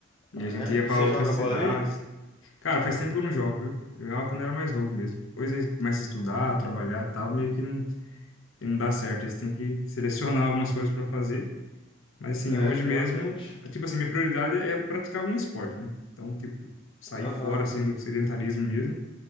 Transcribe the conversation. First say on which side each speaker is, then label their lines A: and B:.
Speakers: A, on the left (about 70°); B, on the left (about 25°).
A: E
B: Ah,
A: a gente ia
B: é?
A: pra
B: E você
A: outras
B: joga
A: cidades.
B: bola aí?
A: Cara, faz tempo que eu não jogo, viu? Eu Jogava quando eu era mais novo mesmo. Depois aí começa a estudar, trabalhar e tal, meio que não, que não dá certo. Aí Você tem que selecionar <laughs> algumas coisas pra fazer. Mas assim,
B: É,
A: hoje
B: realmente.
A: mesmo, tipo assim, minha prioridade é praticar algum esporte, né? Então, tipo, sair
B: Aham.
A: fora assim do sedentarismo mesmo.